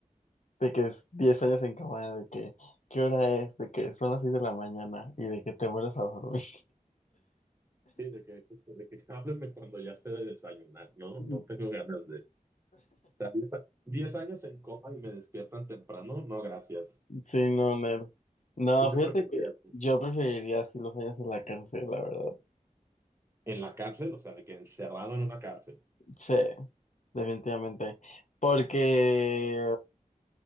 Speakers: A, on the left; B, on the right.
A: de que es 10 años en cama, de que, ¿qué hora es? De que son las 6 de la mañana y de que te vuelves a dormir.
B: Sí, de que, de que <laughs> háblenme cuando ya esté de desayunar, ¿no?
A: <laughs>
B: No tengo ganas de... o sea, diez a- 10 años en coma y me despiertan temprano, no, gracias.
A: Sí, no, Nel. No,
B: ¿Tú qué
A: fíjate
B: preferirías?
A: que yo preferiría así los años en la cárcel, la verdad.
B: ¿En la cárcel? O sea, de que encerrado en una cárcel.
A: Sí, definitivamente. Porque